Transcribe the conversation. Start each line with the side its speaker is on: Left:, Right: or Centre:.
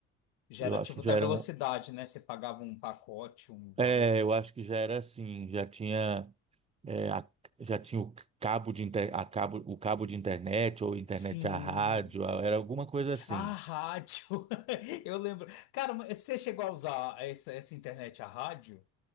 Left: Já
Right: Eu
Left: era
Right: acho
Left: tipo
Right: que
Left: da
Right: já
Left: velocidade,
Right: era um...
Left: né? Você pagava um pacote, um valor.
Right: É, eu acho que já era assim, já tinha, é, a- já tinha o cabo de inter... a cabo... o cabo de internet ou internet
Left: Sim.
Right: à rádio, era alguma coisa assim.
Left: A rádio. <laughs> Eu lembro. Cara, mas você chegou a usar essa, essa internet a rádio?